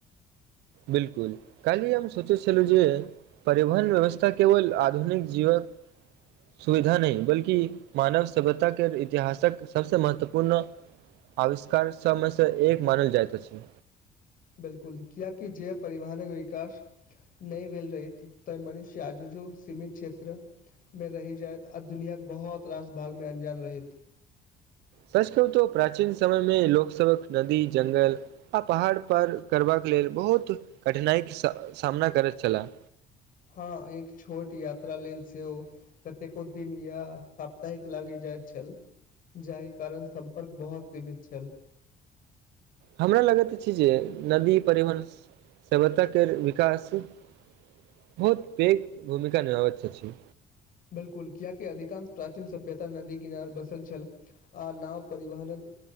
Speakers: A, on the right (about 85°); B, on the left (about 55°).
A: बिलकुल, काल्हि हम सोचैत छलहुं जे परिवहन व्यवस्था केवल आधुनिक जीवक सुविधा नहि, बल्कि मानव सभ्यताके इतिहासक सबसं महत्वपूर्ण आविष्कार सबमेसं एक मानल जाइत अछि।
B: बिलकुल, कियाकि जे परिवहनक विकास नहि भेल रहैत त मनुष्य आजुजो सीमित क्षेत्रमे रहि जायत आ दुनियाक बहुत रास भागमे अनजान रहैत।
A: सच कहु तं प्राचीन समयमे लोकसबक नदी जंगल आ पहाड़ पर करबाक लेल बहुत कठिनाइके सामना करैत छलाह।
B: हां, एक छोट यात्रा लेल सेहो कतेको दिन या साप्ताहिक लागि जाइत छल, जाहि कारण सम्पर्क बहुत सीमित छल।
A: हमरा लगैत अछि जे नदी परिवहन, सभ्यताके विकास बहुत पैघ भूमिका निभाबैत अछि।
B: बिलकुल, कियाकि अधिकांश प्राचीन सभ्यता नदी किनार बसल छल आ नाव परिवहनक